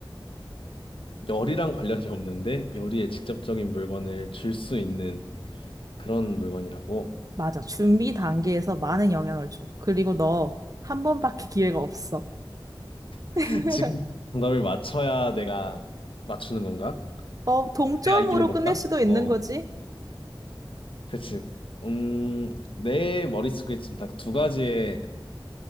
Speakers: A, on the left; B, on the right.
A: 열이랑 관련이 없는데 요리에 직접적인 물건을 줄 수 있는 그런 물건이라고?
B: 맞아. 준비 단계에서 많은 영향을 줘. 그리고 너 한 번밖에 기회가 없어.
A: <laughs>
B: <laughs>
A: 지금 정답을 맞춰야 내가 맞추는 건가?
B: 어, 동점으로
A: 내가 이기는 건가?
B: 끝낼 수도 있는
A: 어,
B: 거지.
A: 그치. 음, 내 머릿속에 지금 딱 두 가지의,